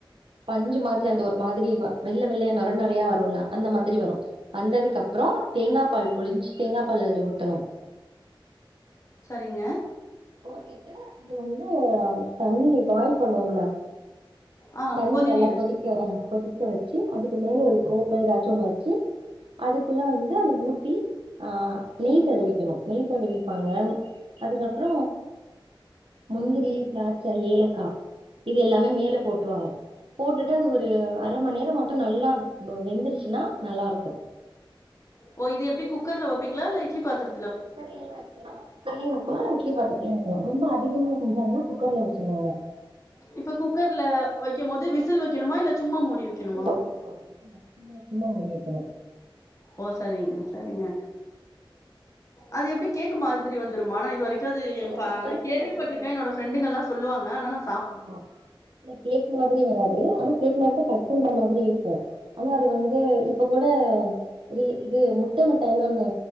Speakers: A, on the right; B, on the left.
A: பஞ்சு மாதிரி அந்த ஒரு மாதிரி வெள்ள வெள்ளையா நுரை நுரையா வருல்ல அந்த மாதிரி வரு வந்ததுக்கு அப்ற தேங்கா பால் புழிஞ்சி தேங்கா பால் அதுல ஊத்தணு
B: சரிங்க
A: ஊத்திட்டு அது வந்து தண்ணி பாயில் பண்ணுவோம்ல
B: ஆ
A: தண்ணி
B: கொதி
A: நல்லா
B: நீீரு
A: கொதிக்க கொதிக்க வச்சு அதுக்கு மேல ஒரு கோப்ப எதாச்சு ஒண்ணு வச்சு அதுக்குள்ள வந்து அத ஊத் பி ஆ நெய் தடவிக்கணு நெய் தடவிப்பாங்க அதுக்கப்பற முந்திரி திராட்ச ஏலக்கா இது எல்லாமே மேல போட்ருவாங்க போட்டுட்டு அது ஒரு அர மணி நேர மட்டு நல்லா வெந்துடுச்சின்னா நல்லாருக்கு
B: ஓ இது எப்டி குக்கர்ல வப்பீங்ளா இல்ல இட்லி பாத்துர
A: குக்கர்லயே வக் கலா குக்கர்லயு வக்கலா இட்லி பாத்திரத்லயு வக்கலா ரொம்ப அதிகமா செஞ்சாங்கனா குக்கர்ல வச்சுருவாங்க
B: இப்ப குக்கர்ல வைக்கும் போது விசல் வைக்கணுமா இல்ல சும்மா மூடி வைக்கணுமா
A: விசில் வைக்க கூடாது சும்மா சும்மா முடி வைக்கணு
B: ஓ சரிங்க சரிங்க அது எப்டி கேக்கு மாதிரி வந்துருமா நா இது வரைக் கு அது ஏ
A: ஆ
B: பா
A: கேக்
B: நா கேள்விப்பட்ருக்கே
A: மாதிரி
B: என்னோட ஃப்ரெண்டுங்க எல்லா சொல்லுவாங்க ஆனா நா
A: ஆமா இல்ல கேக் மாதிரி வராது ஆனா கேக் மாரிதா கட் பண்ற மாதிரி இருக்கு ஆனா அது வந்து இப்ப கூட ரி இது முட்ட மிட்டாய்ன்னு ஒண்ணு